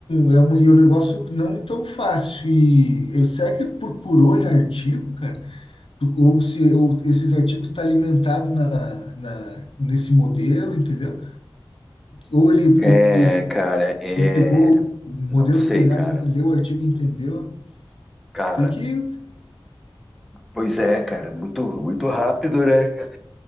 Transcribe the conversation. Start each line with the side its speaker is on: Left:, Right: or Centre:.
Left: é, uma, e é um negócio não tão fácil. E eu será que procurou em artigo, cara? Ou se eu- esses artigos estão tá alimentados na, na, nesse modelo, entendeu? Ou ele,
Centre: É,
Left: ele,
Centre: cara, é.
Left: ele pegou o modelo
Centre: Não sei,
Left: treinado
Centre: cara.
Left: e leu o artigo e entendeu.
Centre: Cara,
Left: Sei que,
Centre: pois é, cara, muito, muito rápido, né? cara?